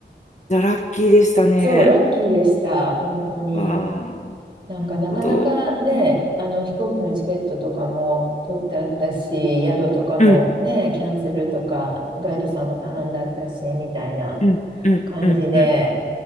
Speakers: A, on the left; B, on the right.
A: じゃあラッキーでしたね。
B: そう、ラッキーでした、本当に。
A: わあ、
B: なんか、
A: なるほど。
B: なかなかね、あの、飛行機のチケットとかも取ってあったし、宿とかもね、
A: うん
B: キャンセルとか、ガイドさんも頼んであったし、みたいな。
A: うんうんうんうん。
B: 感じで、